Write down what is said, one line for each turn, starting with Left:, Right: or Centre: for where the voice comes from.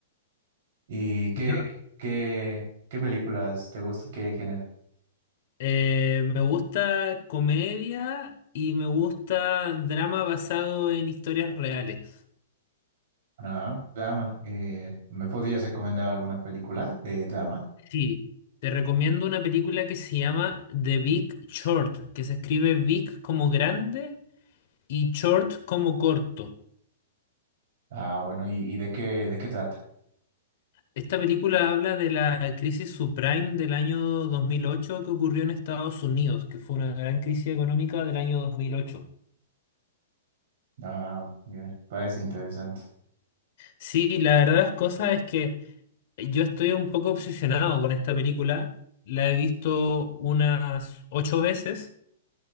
Right: ¿Y qué,
Left: Yo,
Right: qué, qué películas te gusta? ¿Qué género?
Left: eh, me gusta comedia y me gusta drama basado en historias reales.
Right: Ajá, drama. Eh, ¿me podrías recomendar alguna película de drama?
Left: Sí, te recomiendo una película que se llama The Big Short, que se escribe big como grande y short como corto.
Right: Ah, bueno, ¿y, y de qué, de qué trata?
Left: Esta película habla de la crisis subprime del año 2008 que ocurrió en Estados Unidos, que fue una gran crisis económica del año 2008.
Right: Ah, mira, parece interesante.
Left: Sí, la verdad de las cosas es que yo estoy un poco obsesionado con esta película. La he visto unas ocho veces